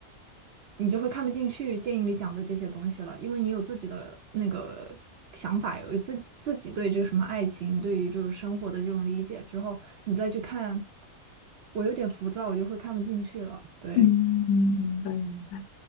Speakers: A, on the right; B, on the left.
A: 你就会看不进去电影里讲的这些东西了，因为你有自己的那个想法，有自自己对这个什么爱情，对于就是生活的这种理解之后，你再去看，我有点浮躁，我就会看不进去了。对，
B: 嗯，明白明白。